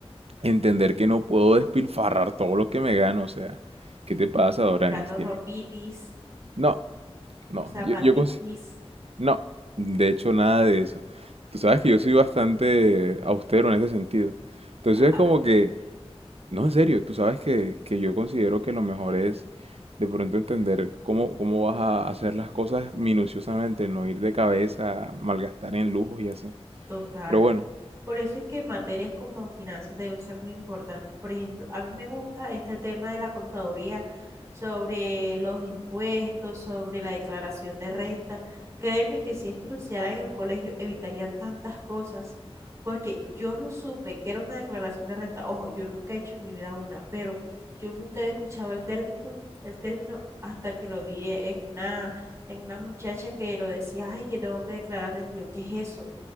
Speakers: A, on the right; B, on the right.
A: entender que no puedo despilfarrar todo lo que me gano. O sea, ¿qué te pasa, Doranis?
B: Comprando
A: Tiene-
B: ropitis,
A: No, no,
B: zapatiquis.
A: yo, yo consi- No, de hecho, nada de eso. Tú sabes que yo soy bastante austero en ese sentido. Entonces,
B: ah,
A: como que No, en serio, tú sabes que, que yo considero que lo mejor es de pronto entender cómo, cómo vas a hacer las cosas minuciosamente, no ir de cabeza, malgastar en lujos y así.
B: Total.
A: Pero bueno,
B: Por eso es que materias como finanzas deben ser muy importantes. Por ejemplo, a mí me gusta este tema de la contaduría sobre los impuestos, sobre la declaración de renta. Créeme que si esto lo enseñaran en el colegio, evitarían tantas cosas, porque yo no supe que era una declaración de renta. Ojo, yo nunca he hecho en mi vida una, pero yo nunca había escuchado el término, el término hasta que lo vi en una, en una muchacha que lo decía, ay, que tengo que declarar renta. Y yo, ¿qué es eso?